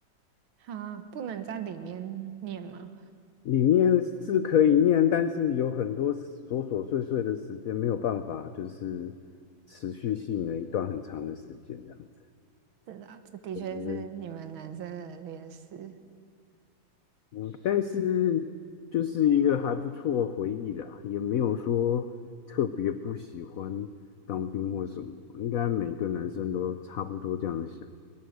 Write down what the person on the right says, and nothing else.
他不能在里面念吗？
是的啊，这的确是你们男生的劣势。